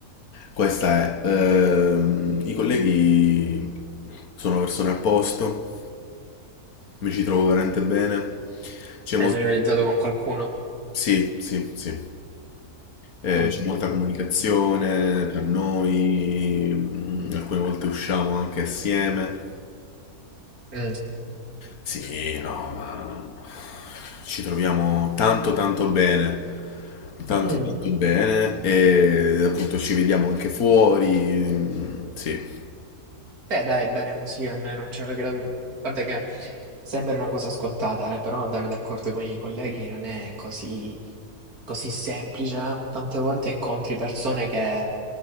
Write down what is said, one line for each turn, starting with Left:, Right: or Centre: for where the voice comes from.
Left: Questa è, ehm, i colleghi sono persone a posto, mi ci trovo veramente bene. C'è
Right: Hai socializzato con qualcuno?
Left: Sì, sì, sì. Eh,
Right: Mm.
Left: c'è molta comunicazione tra noi, mm, alcune volte usciamo anche assieme.
Right: Mm.
Left: Sì, no, ma ci troviamo tanto tanto bene, tanto
Right: Mm.
Left: tanto bene e appunto ci vediamo anche fuori, mm, sì.
Right: Beh, dai, bene così almeno. Cioè, che la- Guarda che sembra una cosa scontata, eh, però andare d'accordo con i colleghi non è così, così semplice. eh. Tante volte incontri persone che,